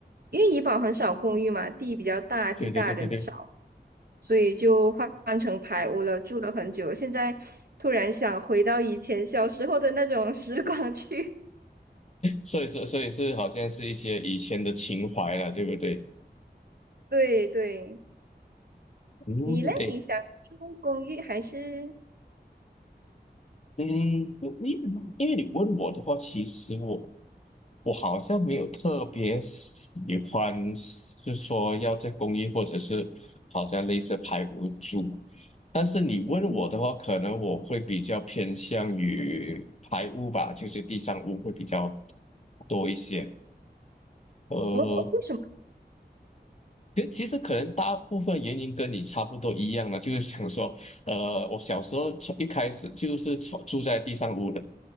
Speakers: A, on the right (about 60°); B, on the left (about 40°).
A: 因为怡保很少公寓嘛，地比较大，地大人少，
B: 对对对对对，
A: 所以就换换成排屋了，住了很久。现在突然想回到以前小时候的那种 <laughs> 时光去，
B: 所以说所以是好像是一些以前的情怀了，对不对？
A: <laughs> 对对。
B: 嗯，
A: 你嘞？
B: 诶。
A: 你想住公寓还是？
B: 嗯，你因为你问我的话，其实我我好像没有特别喜欢，是说要在公寓，或者是好像类似排屋住。但是你问我的话，
A: 嗯，
B: 可能我会比较偏向于排污吧，就是地上污会比较多一些。呃，
A: 哦哦，为什么
B: 其其实可能大部分原因跟你差不多一样嘛，就是想说，呃，我小时候从一开始就是从住在地上屋的，